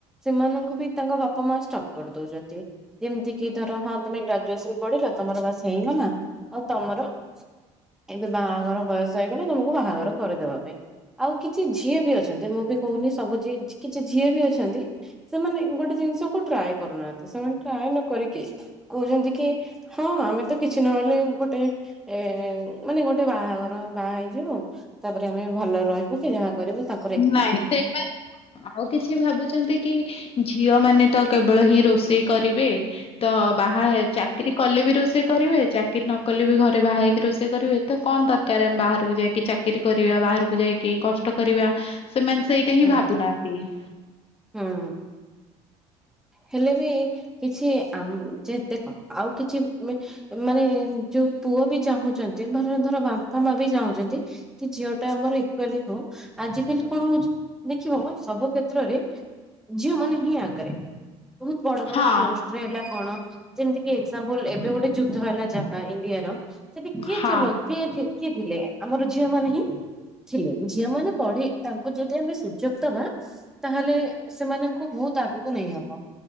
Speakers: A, in the centre; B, on the left.
A: ସେମାନଙ୍କୁ ବି ତାଙ୍କ ବାପା ମା ଷ୍ଟପ କରି ଦଉଛନ୍ତି। ଯେମିତି କିି ଧର ହଁ ତମେ ଗ୍ରାଜୁଏସନ ପଢିଲ ତମର ବାସ ହେଇଗଲା ଆଉ ତମର ଏବେ ବାହାଘର ବୟସ ବୟଷ ହେଇଗଲା ତମକୁ ବାହାଘର କରିଦେବା ପାଇଁ। ଆଉ କିଛି ଝିଅ ବି ଅଛ ତତେ ମୁଁ ବି କହୁନି ସବୁ ଜି କିଛି ଝିଅ ବି ଅଛନ୍ତି ସେମାନେ ଗୋଟେ ଜିନିଷକୁ ଟ୍ରାଏ କରୁନାହାନ୍ତି ସେମାନେ ଟ୍ରାଏ ନ କରିକି କହୁଛନ୍ତି କି ହଁ ଆମେ ତ କିଛି ନହେଲେ ଗୋଟେ ଏ ମାନେ ଗୋଟେ ବାହାଘର ବାହା ହେଇଯିବ ତାପରେ ଆମେ ଭଲ ରହିବୁ କି ଯାହା କରିବୁ ତା
B: ନାଇଁ ସେମାନେ ଆଉ କିଛି ଭାବୁଛନ୍ତି କି ଝିଅ ମାନେ ତ କେବଳ ହିଁ ରୋଷେଇ କରିବେ ତ ବାହା ହେ ଚାକିରି କଲେ ବି ରୋ ରୋଷେଇ କରିବେ ଚାକିରି ନ କଲେ ବି ଘରେ ବାହା ହେଇକି ରୋଷେଇ କରିବେ ତ କଣ ଦରକାର ଆମେ ବାହାରକୁ ଯାଇକି ଚାକିରି କରିବା ବାହାରକୁ ଯାଇକି କଷ୍ଟ କରିବା ସେମାନେ ସେଇଟା ହିଁ
A: ହୁଁ
B: ଭାବୁନାହାନ୍ତି। <inaudible>
A: ହୁଁ। ହେଲେ ବି କିଛି ଆମ ଯେ ଦେଖ ଆଉ କିଛି ମାନେ ଯୋଉ ପୁଅ ବି ଚାହୁଁଛନ୍ତି ଧର ଧର ବାପା ମା ବି ଚାହୁଁଛନ୍ତି କି ଝିଅ ଟା ଆମର ଇକ୍ୱାଲି ହୋଉ ଆଜିିକାଲି କଣ ହଉଛି ଦେଖିବ ସବୁ କ୍ଷେତ୍ରରେ ଝିଅ ମାନେ ହିଁ ଆଗରେ। ବହୁତ ବଡ ବଡ
B: ହଁ
A: ପୋଷ୍ଟରେ ହେଲା କଣ ଯେମିତି କି ଏକ୍ଜାପୁଲ ଏବେ ଗୋଟେ ଯୋଉ ହେଲା ଯାହା ଇଣ୍ଡିଆର ସେଠି କିଏ
B: ହଁ।
A: ଚଲଉ କିଏ ଥି ଶିଖି ଥିଲେ। ଆମର ଝିଅ ମାନ ହିଁ ଥିଲେ। ଝିଅମାନେ ପଢି ତାଙ୍କୁ ଯ ଦି ଆମେ ସୁଯୋଗ ଦବା ତାହେଲେ ସେମାନଙ୍କୁ ବହୁତ ଆଗକୁ ନେଇ ହବ।